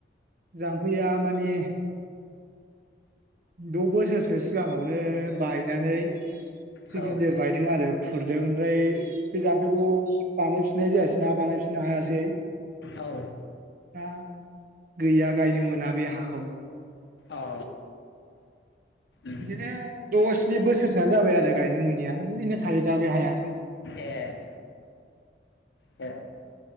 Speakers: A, on the right; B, on the left.
A: जाम्फैया माने द' बोसोरसो सिगाङावनो बायनानै एसे
B: औ
A: गिदिर बायदों आरो खुरदों ओमफ्राय बे जाम्फैखौ बानाय फि नाय जायासै ना बानायफिननो हायासै दा
B: औ
A: गैया गायनो मोना बे हाखौ।
B: अ उम
A: बिदिनो द' स्नि बोसोरसोआनो जाबाय आरो गायनो मोनैआ ओरैनो थायो दा बे हाया।
B: ए ए